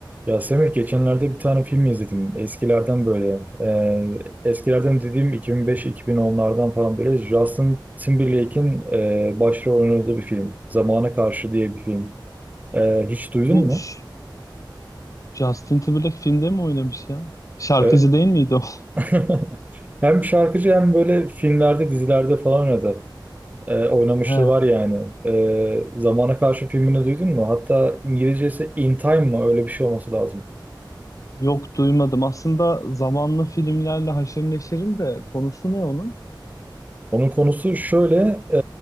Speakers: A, on the right; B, on the left.
A: Ya Semih geçenlerde bir tane film izledim. Eskilerden böyle. e, eskilerden dediğim 2005-2010'lardan falan böyle Justin Timberlake'in e, başrol oynadığı bir film. Zamana Karşı diye bir film. E, hiç duydun
B: Bu
A: mu?
B: Ş- Justin Timberlake filmde mi oynamış ya? Şarkıcı
A: E,
B: değil miydi o? <laughs>
A: <laughs> hem şarkıcı hem böyle filmlerde, dizilerde falan oynadı. E, oynamışlığı
B: He,
A: var yani. E, Zamana Karşı filmini duydun mu? Hatta İngilizcesi In Time mı? Öyle bir şey olması lazım.
B: yok duymadım. Aslında zamanlı filmlerle haşır neşirim de konusu ne onun?
A: Onun konusu şöyle, e,